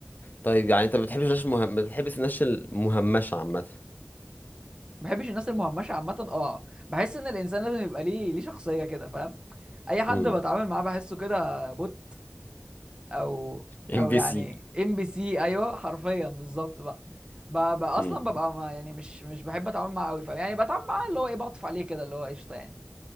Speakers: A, on the left; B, on the right.
A: طيب يعني انت ما بتحبش الناس المهم ما بتحبش الناس المهمشه عامه
B: ما بحبش الناس المهمشه عامه اه بحس ان الانسان لازم يبقى ليه ليه شخصيه كده فاهم اي حد
A: امم
B: بتعامل معاه بحسه كده بوت او
A: ام
B: او
A: بي
B: يعني
A: سي
B: ام بي سي ايوه حرفيا بالظبط بقى ب- بقى
A: امم
B: اصلا ببقى ما يعني مش مش بحب اتعامل معاه قوي فاهم يعني بتعامل معاه اللي هو ايه بعطف عليه كده اللي هو قشطه يعني